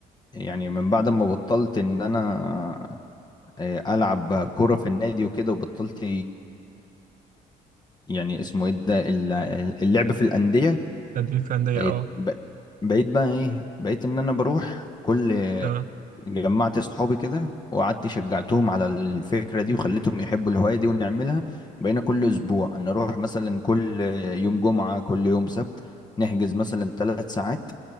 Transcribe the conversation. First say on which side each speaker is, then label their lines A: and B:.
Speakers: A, on the left (about 25°); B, on the right (about 60°).
A: يعني من بعد ما بطلت ان انا آه، العب كوره في النادي وكده وبطلت يعني اسمه ايه ده ال- اللعب في الانديه
B: تدريب فعلا ده
A: آه،
B: اه
A: ب- بقيت بقى ايه بقيت ان انا بروح كل
B: اه
A: جمعت صحابي كده وقعدت شجعتهم على الفكره دي وخليتهم يحبوا الهوايه دي ونعملها بقينا كل اسبوع ان اروح مثلا كل يوم جمعه كل يوم سبت نحجز مثلا ثلاث ساعات